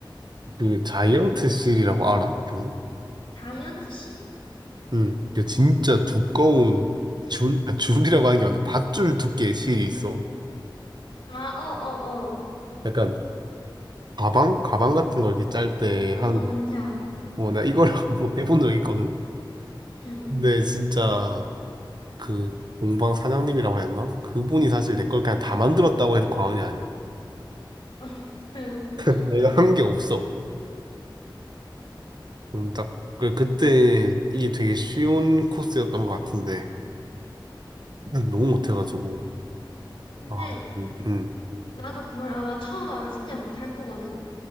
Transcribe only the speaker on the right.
그 자이언트 실이라고 알아? 너?
응. 그 진짜 두꺼운 줄, 아, 줄이라고 하는 게 맞나? 밧줄 두께의 실이 있어.
약간 가방? 가방 같은 걸 이렇게 짤 때
하는
거.
어, 나 이걸 <laughs> 한번 해본 적이 있거든?
근데 진짜 그 공방 사장님이라고 해야 되나? 그분이 사실 내 걸 그냥 다 만들었다고 해도 과언이 아니야.
<laughs> 내가 한 게 없어. 음, 딱. 그 그때 이게 되게 쉬운 코스였던 것 같은데 음, 너무 못해가지고
아, 음, 음.